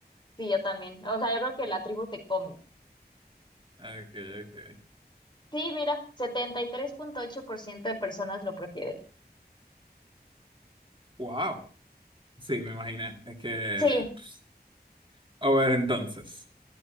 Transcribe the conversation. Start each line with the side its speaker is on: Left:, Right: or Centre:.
Left: Sí, yo también. O sea, yo creo que la tribu te come.
Right: Okay, okay.
Left: Sí, mira, setenta y tres punto ocho por ciento de personas lo prefieren.
Right: Wow. Sí, me imaginé. Es que.
Left: Sí,
Right: pues, A ver, entonces.